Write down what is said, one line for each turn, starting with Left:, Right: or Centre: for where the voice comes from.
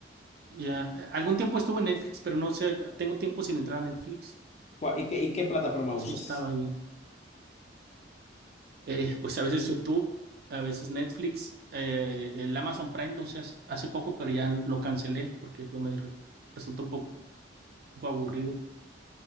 Right: ya, algún tiempo estuvo en Netflix, pero no sé, tengo tiempo sin entrar a Netflix.
Left: Cu- ¿Y qué, y qué plataforma
Right: Sí
Left: usas?
Right: estaba ahí. eh, pues a veces YouTube, a veces Netflix, eh, el Amazon Prime lo usé hace hace poco, pero ya lo cancelé porque pues, me re- resultó un poco aburrido.